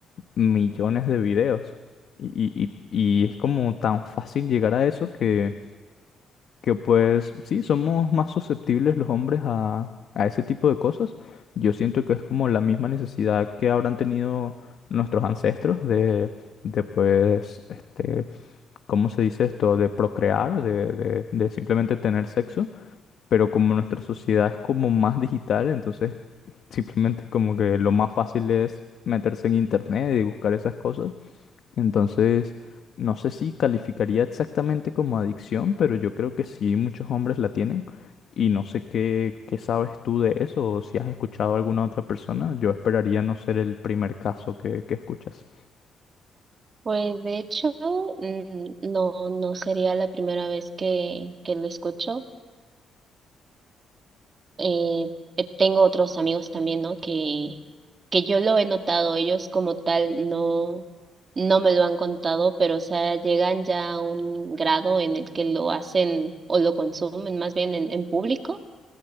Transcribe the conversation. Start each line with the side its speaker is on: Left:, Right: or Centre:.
Left: millones de videos. Y, y- y- y es como tan fácil llegar a eso que, que pues sí, somos más susceptibles los hombres a, a ese tipo de cosas. Yo siento que es como la misma necesidad que habrán tenido nuestros ancestros de, de pues, este, ¿cómo se dice esto? De procrear, de, de, de simplemente tener sexo. Pero como nuestra sociedad es como más digital, entonces simplemente es como que lo más fácil es meterse en internet y buscar esas cosas. Entonces, no sé si calificaría exactamente como adicción, pero yo creo que sí, muchos hombres la tienen. Y no sé qué, qué sabes tú de eso o si has escuchado a alguna otra persona. Yo esperaría no ser el primer caso que, que escuchas.
Right: Pues de hecho, mm, no, no sería la primera vez que, que lo escucho. Eh, eh, tengo otros amigos también, ¿no? Que, que yo lo he notado, ellos como tal no, no me lo han contado, pero o sea, llegan ya a un grado en el que lo hacen o lo consumen más bien en, en público